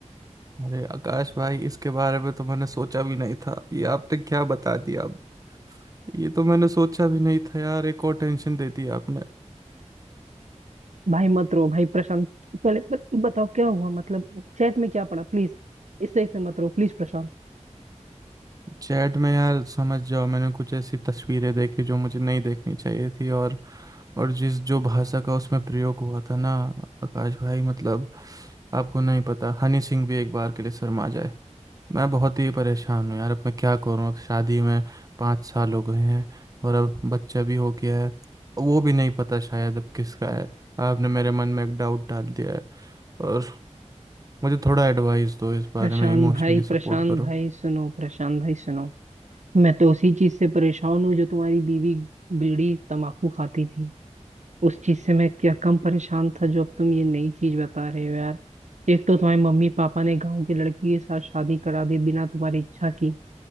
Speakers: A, on the right; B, on the right.
A: अरे आकाश भाई इसके बारे में तो मैंने सोचा भी नहीं था ये आपने क्या बता दिया अब ये तो मैंने सोचा भी नहीं था यार एक और टेंशन दे दी आपने
B: भाई मत रो भाई प्रशांत पहले ब- बताओ क्या हुआ मतलब चैट में क्या पड़ा प्लीज इससे इससे मत रो प्लीज प्रशांत
A: चैट में यार समझ जाओ मैंने कुछ ऐसी तस्वीरें देखी जो मुझे नहीं देखनी चाहिए थी और और जिस जो भाषा का उसमें प्रयोग हुआ था ना आकाश भाई मतलब आपको नहीं पता हनी सिंह भी एक बार के लिए शर्मा जाए मैं बहुत ही परेशान हूँ यार अब मैं क्या करूँ अब शादी में पाँच साल हो गए हैं और अब बच्चा भी हो गया है वो भी नहीं पता शायद अब किसका है आपने मेरे मन में एक डाउट डाल दिया है और मुझे थोड़ा एडवाइस दो इस बारे
B: प्रशांत
A: में इमोशनली
B: भाई
A: सपोर्ट
B: प्रशांत
A: करो
B: भाई सुनो प्रशांत भाई सुनो मैं तो उसी चीज से परेशान हूँ जो तुम्हारी बीवी बीड़ी तंबाकू खाती थी उस चीज से मैं क्या कम परेशान था जो अब तुम ये नई चीज बता रहे हो यार एक तो तुम्हारे मम्मी पापा ने गांव की लड़की के साथ शादी करा दी बिना तुम्हारी इच्छा की